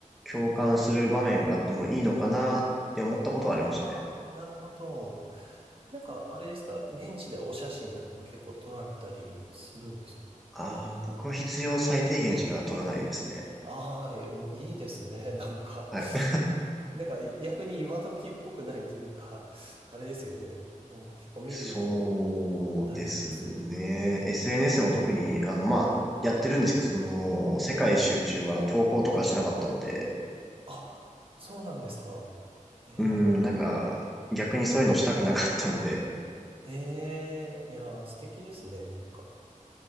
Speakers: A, in the centre; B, on the right (about 40°).
A: 共感する場面があってもいいのかなって思ったことはありましたね。
B: ああ、なるほど。なんか、あれですか、現地でお写真とかも結構撮られたりするんですか
A: ああ、僕は必要最低限しか取らないですね。
B: ああ、えおいいですね。<laughs> なんか、
A: はい。<laughs>
B: なんか逆に今時っぽくないというか、<laughs> あれですよね。もう結構見るもの
A: そうですね。
B: を大事にするというか。
A: SNS
B: え
A: も特に、あの、まあ、やってるんですけど、その、世界一周中は投稿とかしてなかったので、
B: ええ。あ、そうなんですか。ええ、
A: うん、なんか、逆にそういうのしたくなかったので、
B: ええ、いやー、素敵ですね。なんか。